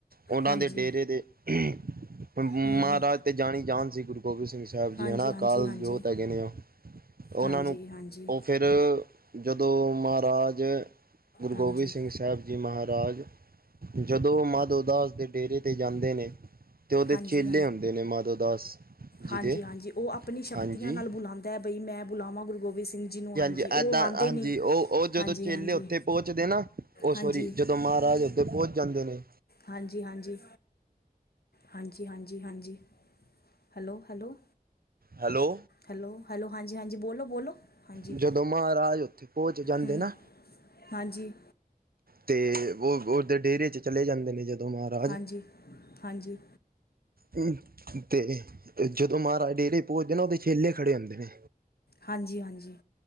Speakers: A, on the right; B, on the left.
A: ਓਨਾ
B: ਹਾਂਜੀ
A: ਦੇ ਡੇਰੇ ਦੇ ਅਮ‌ ਮਹਾਰਾਜ
B: ਹੂੰ
A: ਤੇ ਜਾਣੀ ਜਾਣ ਸੀ ਗੁਰੂ ਗੋਬਿੰਦ ਸਿੰਘ ਜੀ ਸਾਹਿਬ ਜੀ
B: ਹਾਂਜੀ
A: ਹਨਾ, ਅਕਾਲ
B: ਹਾਂਜੀ ਹਾਂਜੀ ਹਾਂਜੀ
A: ਜੋਤ ਹੈਗੇ ਨੇਓ। ਓਨਾਂ
B: ਹਾਂਜੀ
A: ਨੂੰ
B: ਹਾਂਜੀ
A: ਓ ਫੈਰ ਜਦੋਂ ਮਹਾਰਾਜ ਗੁਰੂ
B: ਹਾਂਜੀ
A: ਗੋਬਿੰਦ ਸਿੰਘ ਸਾਹਿਬ ਜੀ ਮਹਾਰਾਜ ਜਦੋਂ ਮਾਧੋ ਦਾਸ ਦੇ ਡੇਰੇ ਤੇ ਜਾਂਦੇ ਨੇ। ਤੇ ਓਦੇ
B: ਹਾਂਜੀ
A: ਚੇਲੇ ਆਂਦੇ ਨੇ ਮਾਧੋ ਦਾਸ ਜੀ
B: ਹਾਂਜੀ
A: ਦੇ
B: -ਹਾਂਜੀ ਓ ਆਪਨੀ ਸ਼ਕਤੀਆਂ
A: ਹਾਂਜੀ
B: ਨਾਲ ਬੁਲਾਂਦਾ ਐ ਬਈ ਮੈਂ ਬੁਲਾਵਾਂ ਗੁਰੂ ਗੋਬਿੰਦ ਸਿੰਘ ਜੀ ਨੂੰ ਹਾਂਜੀ।
A: ਐ -ਏਦਾਂ
B: ਉਹ ਆਉਂਦੇ
A: ਹਾਂਜੀ
B: ਨਹੀਂ
A: ਓ ਓ ਜਦੋਂ
B: ਹਾਂਜੀ
A: ਚੇਲੇ
B: ਹਾਂਜੀ
A: ਓਥੇ ਪੌਂਚਦੇ ਨਾ, ਓ
B: ਹਾਂਜੀ
A: ਸੋਰੀ ਜਦੋਂ ਮਹਾਰਾਜ ਤੇ ਪੋਂਚ ਜਾਂਦੇ ਨੇ।
B: ਹਾਂਜੀ -ਹਾਂਜੀ। ਹਾਂਜੀ- ਹਾਂਜੀ -ਹਾਂਜੀ। Hello -hello.
A: Hello.
B: Hello- hello, ਹਾਂਜੀ -ਹਾਂਜੀ, ਬੋਲੋ -ਬੋਲੋ, ਹਾਂਜੀ
A: ਜਦੋਂ ਮਹਾਰਾਜ ਉੱਥੇ ਪਹੁੰਚ ਜਾਂਦੇ
B: ਹੂੰ।
A: ਨਾ
B: ਹਾਂਜੀ।
A: ਤੇ ਓ ਓਦੇ ਡੇਰੇ ਚ ਚਲੇ ਜਾਂਦੇ ਨੇ ਜਦ ਦੋਂ ਮਹਾਰਾਜ
B: ਹਾਂਜੀ ਹਾਂਜੀ
A: ਊਂ ਤੇ ਜਦੋਂ ਮਹਾਰਾਜ ਡੇਰੇ ਪਹੁੰਚਦੇ ਨਾ, ਉਹਦੇ ਚੇਲੇ ਖੜ੍ਹੇ ਹੁੰਦੇ ਨੇ।
B: ਹਾਂਜੀ -ਹਾਂਜੀ।